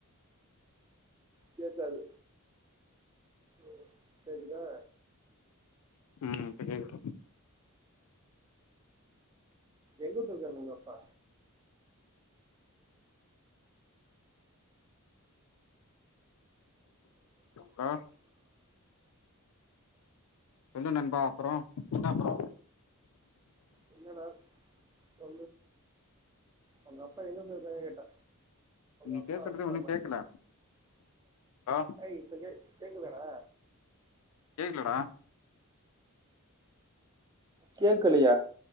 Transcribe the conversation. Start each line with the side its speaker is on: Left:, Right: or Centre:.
Right: கேக்காது ம் கேக்குதா
Left: ம் இப்ப கேக்து
Right: எங்க போய்ருக்காரு உங்க அப்பா
Left: வேற சொல்லு நண்பா அப்ரோ என்ன அப்ரோ
Right: என்னடா <unintelligible> உங்க அப்பா எங்க போய்ருக்காருனு கேட்டா
Left: நீங்க
Right: அப்பா
Left: பேசுறதே
Right: அப்பா
Left: ஒன்னு
Right: ம-
Left: கேக்கல ஆ
Right: ஏய் இப்ப கே- கேக்குதாடா
Left: கேக்கலடா
Right: கேக்கலயா